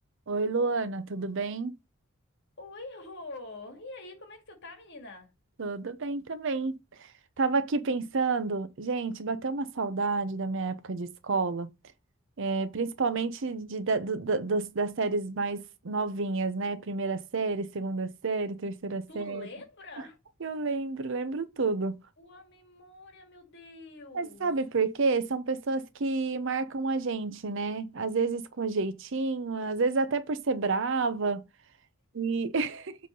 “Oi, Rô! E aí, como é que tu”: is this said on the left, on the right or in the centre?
Left